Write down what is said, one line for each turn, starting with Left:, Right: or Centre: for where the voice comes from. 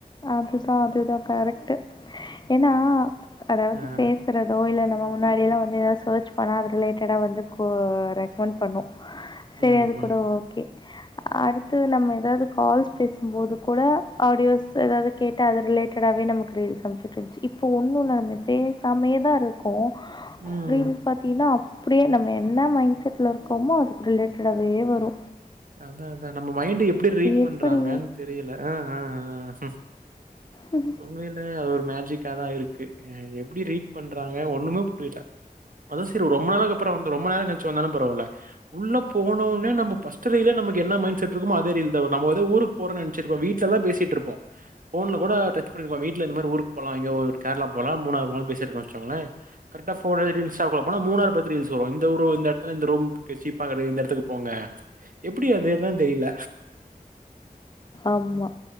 Left: அதுதா அதுதா கரெக்ட்டு ஏன்னா அதாவது
Right: அஹ்
Left: பேச இருக்கிறதோ இல்ல நம்ம முன்னாடியெல்லா வந்து எதாவது சர்ச் பண்ணா அத ரிலேட்டடா வந்து கோ ரெக்மெண்ட் பண்ணு செரி
Right: உம்
Left: அது
Right: உம்
Left: கூட ஓகே அடுத்து நம்ம ஏதாது கால்ஸ் பேசும்போது கூட ஆடியோஸ் எதாது கேட்டா அது ரிலேட்டடாவே நமக்கு ரீல் அம்ச்ட்ருந்துச்சி இப்போ ஒன்னுல்ல நம்ம பேசாமேயே தா இருக் கோ
Right: உம்
Left: ரீல் பாத்தீன்னா அப்டியே நம்ம என்ன மைண்ட் செட்ல இருக்கோமோ அதுக்கு ரிலேட்டடாவே வரு
Right: அதா அதா நம்ம மைண்ட் எப்டி ரீட்
Left: எப்படி?
Right: பண்றாங்கன் தெரியல ஆ ஆ ஆ ஆ
Left: ம்
Right: உண்மையிலே அது ஒரு மேஜிக்கா தா இருக்கு எப்டி ரீட் பண்றாங்க ஒன்னுமே புரியல அதுவு செரி ரொம்ப நாளு அப்பறோ வந்து ரொம்ப நேர கழிச்சி வந்தாலு பரவால்ல உள்ள போனோனே நம்ம பஸ் ட்டு ரீல்லே நமக்கு என்ன மைண்ட் செட் இருக்குமோ அதே ரீல் தா வரு நம்ம ஏதோ ஊருக்கு போறன்னு நெனச்சிட்ருப்போ வீட்லதா பேசிட்ருப்போ போன்ல கூட டச் பண்ணிருக்கலா வீட்ல இந்த மாரி ஊருக்கு போலா ஒரு கேரளா போலா மூணார் போலா பேசிட்ருக்கோனு வச்சசோங்களே கரெக்டா ஃபோர் ஏழு ரீல்ஸ்ஸா கூட போனா மூணாது பத்தி ரீல்ஸ் வரு இந்த இந்த எடத்துல இந்த ரூம் சீப்பா இந்த எடத்துக்கு போங்க எப்படி அது அதா தெரியல
Left: ஆமா.